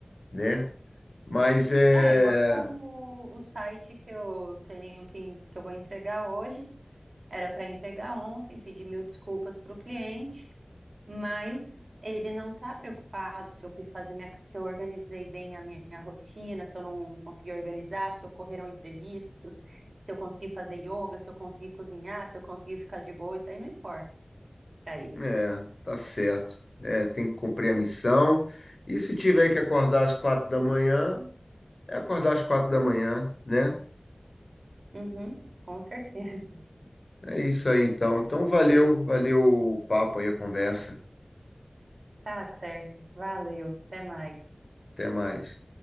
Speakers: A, on the left; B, on the right.
A: né? Mas é.
B: É, igual o, o site que eu tenho, que, que eu vou entregar hoje, era para entregar ontem, pedi mil desculpas para o cliente. Mas ele não está preocupado se eu fui fazer minha, se eu organizei bem a minha rotina, se eu não consegui organizar, se ocorreram imprevistos, se eu consegui fazer yoga, se eu consegui cozinhar, se eu consegui ficar de boa, isso daí não importa para ele.
A: É, tá certo. É, tem que cumprir a missão. E se tiver que acordar às quatro da manhã, é acordar às quatro da manhã, né?
B: Uhum, com certeza. <laughs>
A: É isso aí, então. Então, valeu, valeu o papo aí, a conversa.
B: Tá certo. Valeu. Até mais.
A: Até mais.